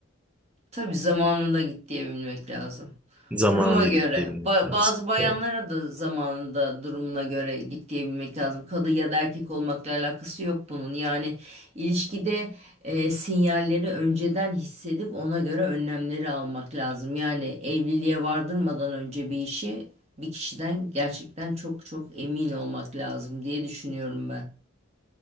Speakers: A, on the right; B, in the centre.
A: Tabii zamanında git diyebilmek lazım.
B: Zamanında
A: Duruma göre.
B: git diyebilmek
A: Ba-
B: lazım.
A: bazı bayanlara
B: Evet.
A: da zamanında durumuna göre git diyebilmek lazım. Kadın ya da erkek olmakla alakası yok bunun. Yani ilişkide e, sinyalleri önceden hissedip ona göre önlemleri almak lazım. Yani evliliğe vardırmadan önce bir işi bir kişiden gerçekten çok çok emin olmak lazım diye düşünüyorum ben.